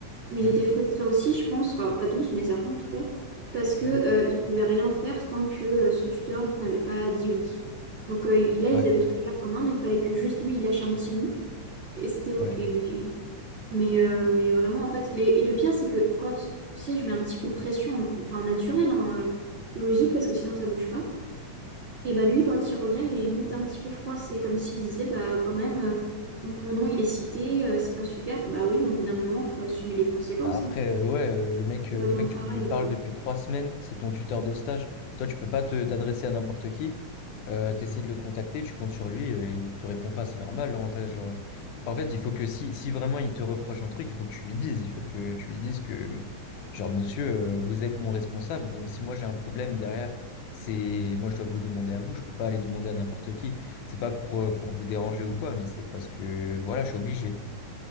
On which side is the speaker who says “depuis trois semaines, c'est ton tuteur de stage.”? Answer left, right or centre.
Left